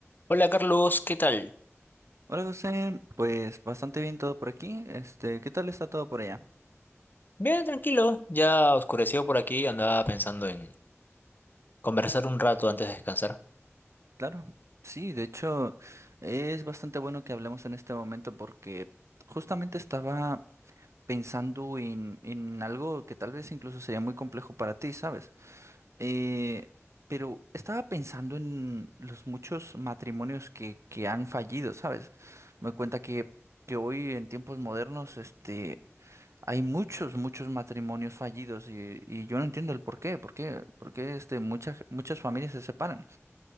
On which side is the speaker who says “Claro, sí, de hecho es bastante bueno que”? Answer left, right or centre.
Right